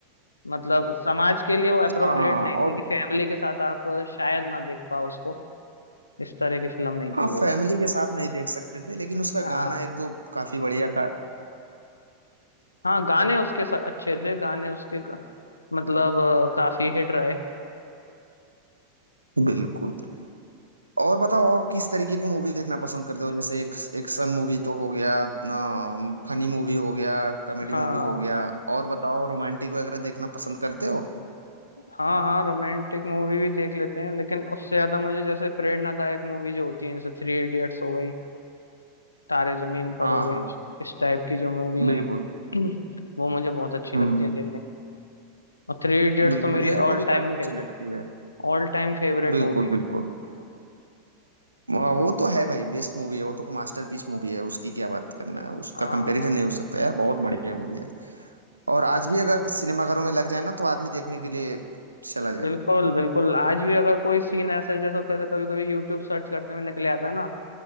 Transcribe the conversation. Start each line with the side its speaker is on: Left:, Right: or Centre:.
Left: मतलब समाज के लिए वो अप्रोप्रिएट
Right: हाँ
Left: नहीं
Right: और
Left: थी कि फैमिली के साथ आप शायद ना देख पाओ उसको इस तरह की फिल्म नहीं
Right: हाँ
Left: थी
Right: फैमिली
Left: वो
Right: के साथ नहीं देख सकते थे लेकिन उसका
Left: हाँ
Right: गाना एक दो काफी बढ़िया था
Left: हाँ गाने उसके स- अच्छे थे गाने उसके क- मतलब अ, काफी हिट रहे
Right: बिल्कुल और बताओ और किस तरीके की मूवी देखना पसंद करते हो जैसे एक एक्शन मूवी तो हो गया ना फनी मूवी हो गया कॉमेडी
Left: हाँ
Right: मूवी हो गया और बताओ रोमांटिक वगैरह देखना पसंद करते हो
Left: हाँ हाँ रोमांटिक मूवी भी देख लेते हैं लेकिन उससे ज्यादा मुझे जैसे प्रेरणादायक मूवी जो होती है जैसे थ्री इडियट्स हो गई तारे जमीन पर
Right: हाँ
Left: हो गई
Right: हाँ
Left: इस इस टाइप की जो मूवी
Right: बिल्कुल
Left: है <clears throat> वो मुझे बहुत अच्छी
Right: हम्म
Left: लगती है देखने और थ्री इडियट्स
Right: बिल्कुल
Left: तो मेरी
Right: मेरे
Left: all
Right: को भी
Left: time
Right: काफी अच्छी
Left: favourite
Right: लगती है
Left: All time favourite
Right: बिल्कुल
Left: movie
Right: बिल्कुल
Left: है
Right: वाह, वो तो है भाई बेस्ट मूवी है वो तो मास्टरपीस मूवी है उसकी क्या बात करना है उसका
Left: हाँ
Right: कंपैरिजन
Left: हाँ
Right: नहीं हो सकता यार बहुत बढ़िया मूवी है और आज भी अगर सिनेमाघरों में लग जाए ना तो आदमी देखने के लिए चला जाए
Left: बिल्कुल बिल्कुल आज भी अगर कोई सीन ऐसे जैसे कैसे कभी कभी यूट्यूब सर्च करते हुए निकले आता है ना